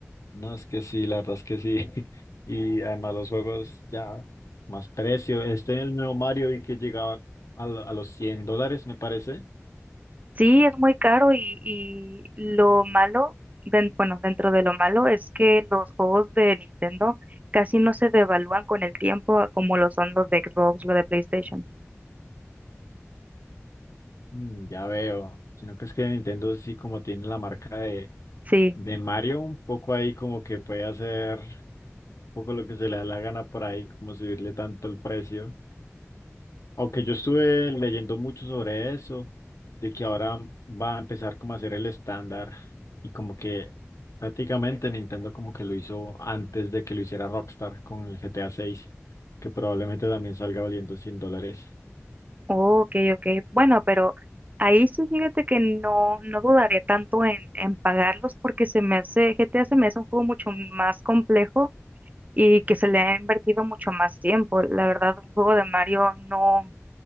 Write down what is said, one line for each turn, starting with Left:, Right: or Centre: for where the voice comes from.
Left: No, es que sí, la verdad es que sí. <laughs> Y además los juegos ya más precio. Este el nuevo Mario vi que llegaba a, lo- a los 100 dólares, me parece.
Right: Sí, es muy caro y, y lo malo, den- bueno, dentro de lo malo es que los juegos de Nintendo casi no se devalúan con el tiempo a como lo son los de Xbox, los de PlayStation.
Left: Mm, ya veo. Sino que es que Nintendo sí como tiene la marca de,
Right: Sí,
Left: de Mario, un poco ahí como que puede hacer un poco lo que se le da la gana por ahí, como subirle tanto el precio. Aunque yo estuve leyendo mucho sobre eso, de que ahora va a empezar como a ser el estándar y como que prácticamente Nintendo como que lo hizo antes de que lo hiciera Rockstar con el GTA 6, que probablemente también salga valiendo cien dólares.
Right: oh, ok, ok. Bueno, pero ahí sí fíjate que no, no dudaría tanto en, en pagarlos porque se me hace, GTA se me hace un juego mucho más complejo y que se le ha invertido mucho más tiempo. La verdad, un juego de Mario no.